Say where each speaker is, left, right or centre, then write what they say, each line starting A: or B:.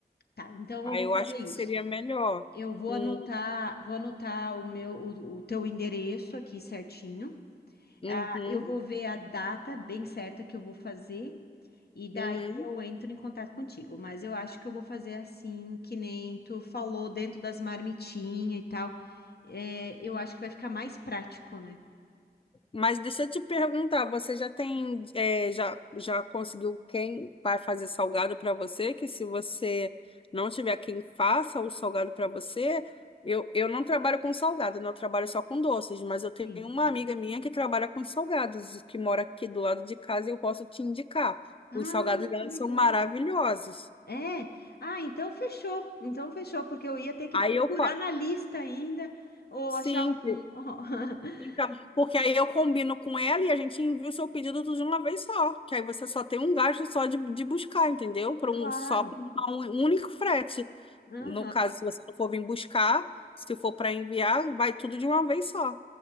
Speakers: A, on the left (about 70°); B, on the left (about 35°).
A: Tá, então
B: Aí
A: eu vou
B: eu
A: fazer
B: acho
A: isso.
B: que seria melhor.
A: Eu vou
B: Hum,
A: anotar, vou anotar o meu, o, o teu endereço aqui certinho.
B: uhum.
A: Ah, eu vou ver a data bem certa que eu vou fazer. E daí
B: Uhum.
A: eu entro em contato contigo, mas eu acho que eu vou fazer assim, que nem tu falou dentro das marmitinhas e tal. É, eu acho que vai ficar mais prático, né?
B: Mas deixa eu te perguntar, você já tem, é, já, já conseguiu quem vai fazer salgado para você? Que se você não tiver quem faça o salgado para você, eu, eu não trabalho com salgado, né? eu trabalho só com doces, mas eu tenho
A: Sim.
B: uma amiga minha que trabalha com salgados, que mora aqui do lado de casa e eu posso te indicar.
A: Ah,
B: Os salgados dela
A: que legal.
B: são maravilhosos.
A: É. Ah, então fechou. Então fechou, porque eu ia ter que
B: Aí
A: procurar
B: eu, pa-
A: na lista ainda ou
B: sim,
A: achar um. <laughs>
B: Então, porque aí eu combino com ela e a gente envia o seu pedido tudo de uma vez só. Que aí você só tem um gasto só de, de buscar, entendeu? Por
A: Claro.
B: um, só por um um único frete.
A: Aham.
B: No caso, se você não for vir buscar, se for para enviar, vai tudo de uma vez só.